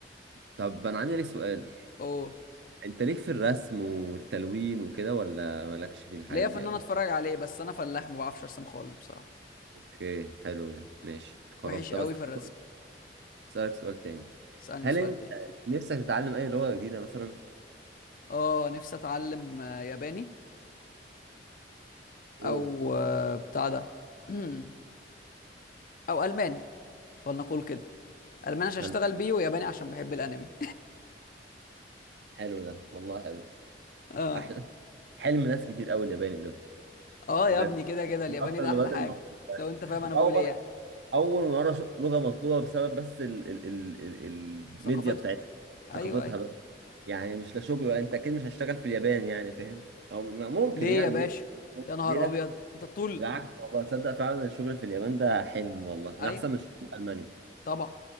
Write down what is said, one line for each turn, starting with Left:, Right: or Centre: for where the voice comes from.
Right: طب انا عندي لك سؤال
Left: اوه
Right: انت ليك في الرسم والتلوين وكده ولا مالكش في الحاجات
Left: ليا
Right: دي
Left: في ان
Right: قوي
Left: انا اتفرج عليه بس انا فلاح ما بعرفش ارسم خالص بصراحه
Right: اوكي حلو ده ماشي خلاص
Left: وحش
Right: طب
Left: قوي
Right: أسأل-
Left: في الرسم
Right: اسالك سؤال تاني
Left: اسالني
Right: هل
Left: سؤال
Right: انت
Left: تاني
Right: نفسك تتعلم اي لغة جديدة مثلا
Left: اه نفسي اتعلم آه، ياباني
Right: مم.
Left: او آه، بتاع ده <clears throat> او الماني ولنقول كده الماني عشان اشتغل
Right: أنا-
Left: بيه وياباني عشان بحب الانمي
Right: حلو ده والله حلو
Left: <laughs> اه
Right: أحلى حلم ناس كتير قوي الياباني ده
Left: اه
Right: بجد
Left: يا ابني كده كده الياباني
Right: من اكتر
Left: ده
Right: اللغات
Left: احلى حاجه
Right: المطلوبة
Left: لو انت فاهم انا
Right: واول
Left: بقول ايه
Right: مرة
Left: يعني
Right: اول مرة أشوف لغة مطلوبة بسبب بس ال ال ال ال الميديا
Left: ثقافته
Right: بتاعتها ثقافتها
Left: ايوه ايوه
Right: بقى يعني مش لا شغل ولا انت اكيد مش هشتغل في اليابان يعني فاهم او م- ممكن
Left: ليه
Right: يعني
Left: يا باشا
Right: ليه
Left: يا نهار
Right: ليه لا
Left: ابيض انت الطول
Right: بالعكس والله تصدق فعلا الشغل في اليابان ده حلم والله ده
Left: ايوه
Right: احسن من الشغل في المانيا
Left: طبعا